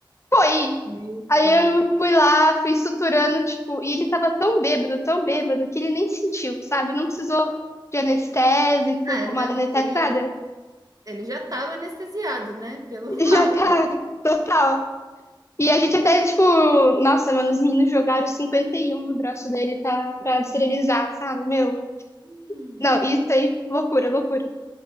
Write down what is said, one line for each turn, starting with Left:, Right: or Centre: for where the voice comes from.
Left: foi
Right: Meu
Left: Aí
Right: Deus.
Left: eu fui lá, fui suturando, tipo, e ele tava tão bêbado, tão bêbado, que ele nem sentiu, sabe? Não precisou de anestésico,
Right: Ah,
Left: pomada anestésica,
Right: ele,
Left: nada. <laughs>
Right: ele já estava anestesiado, né? <laughs> Pelo
Left: Já
Right: álcool.
Left: tá total. E a gente até, tipo, nossa, mano, os meninos jogaram 51 no braço dele pra, pra esterilizar, sabe? Meu,
Right: Hum,
Left: não, isso aí, loucura, loucura.